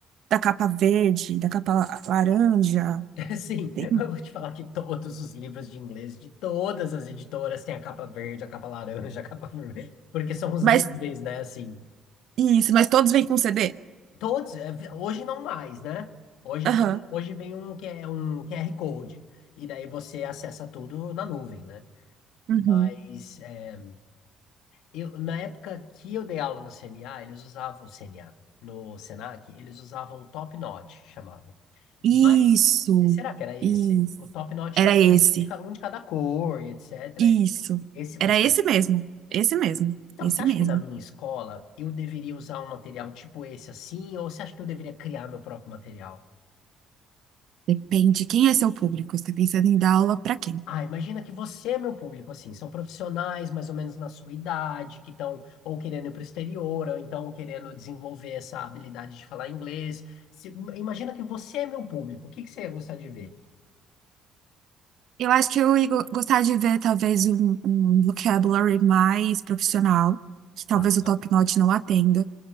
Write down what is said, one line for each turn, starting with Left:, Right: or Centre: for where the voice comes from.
Right: da capa verde, da capa la- laranja.
Left: <laughs> Sim,
Right: Tem-
Left: eu vou te falar que todos os livros de inglês de todas as editoras têm a capa verde, a capa laranja, a capa <laughs> vermelha, porque são os
Right: Mas
Left: níveis, né? Assim.
Right: isso, mas todos vêm com CD?
Left: Todos, é, vi- hoje não mais, né? Hoje
Right: Aham.
Left: vem, hoje vem um, que é um QR Code, e daí você acessa tudo na nuvem, né?
Right: uhum.
Left: Mas é, eu, na época que eu dei aula no CNA, eles usavam o CNA. No Senac, eles usavam o Top Notch, chamava.
Right: Isso,
Left: Mas será que era esse?
Right: isso.
Left: O Top Notch
Right: Era
Left: também
Right: esse.
Left: era um de ca- um de cada cor, e etc.
Right: Isso.
Left: Eles- Esse,
Right: Era
Left: esse-
Right: esse mesmo. Esse mesmo.
Left: Então,
Right: Esse
Left: você acha
Right: mesmo.
Left: que na minha escola eu deveria usar um material tipo esse assim, ou você acha que eu deveria criar meu próprio material?
Right: Depende quem é seu público. Você tá pensando em dar aula para quem?
Left: Ah, imagina que você é meu público, assim, são profissionais mais ou menos na sua idade, que estão ou querendo ir para o exterior, ou então querendo desenvolver essa habilidade de falar inglês. Se- imagina que você é meu público, o que que você ia gostar de ver?
Right: Eu acho que eu ia go- gostar de ver talvez um, um vocabulary mais profissional, que talvez
Left: Tá,
Right: o Top Notch não atenda.